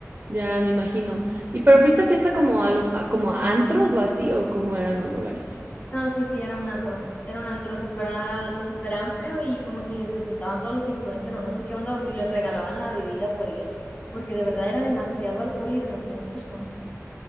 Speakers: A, on the right (about 45°); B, on the left (about 30°).
A: Ya me imagino. ¿Y pero fuiste a fiesta como a, lu- a- como a antros o así o cómo eran los lugares?
B: No, sí, sí, era un antro, era un antro súper al- súper amplio y como que se juntaban todos los influencers o no sé qué onda, o si les regalaban la bebida por ir, porque de verdad era demasiado alcohol y demasiadas personas.